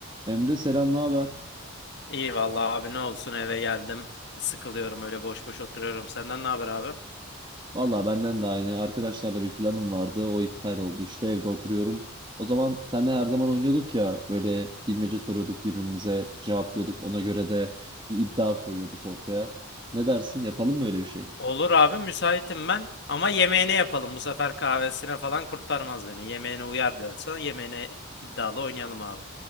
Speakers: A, on the right; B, on the left.
A: Emre selam, ne haber?
B: İyi vallahi abi ne olsun eve geldim. Sıkılıyorum öyle boş boş oturuyorum. Senden ne haber abi?
A: Valla benden de aynı. Arkadaşlarla bir planım vardı. O iptal oldu. İşte evde oturuyorum. O zaman seninle her zaman oynuyorduk ya. Böyle bilmece soruyorduk birbirimize, cevaplıyorduk. Ona göre de bir iddia koyuyorduk ortaya. Ne dersin? Yapalım mı öyle bir şey?
B: Olur abi müsaitim ben. Ama yemeğine yapalım. Bu sefer kahvesine falan kurtarmaz beni. Yemeğine uyar diyorsan yemeğine iddialı oynayalım abi.